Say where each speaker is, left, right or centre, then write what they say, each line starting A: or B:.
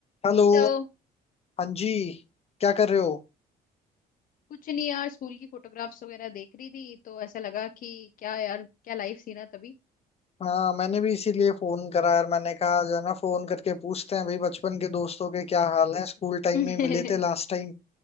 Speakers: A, on the left; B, on the left.
A: Hello
B: तो
A: हाँ जी क्या कर रहे हो
B: कुछ नहीं यार स्कूल की फोटोग्राफ्स वगैरह देख रही थी तो ऐसा लगा कि क्या यार क्या लाइफ थी ना तभी
A: हाँ मैंने भी इसीलिए फोन करा यार मैंने कहा जो है ना फोन करके पूछते हैं भाई बचपन के दोस्तों के क्या हाल हैं स्कूल टाइम
B: <laughs>
A: में मिले थे लास्ट टाइम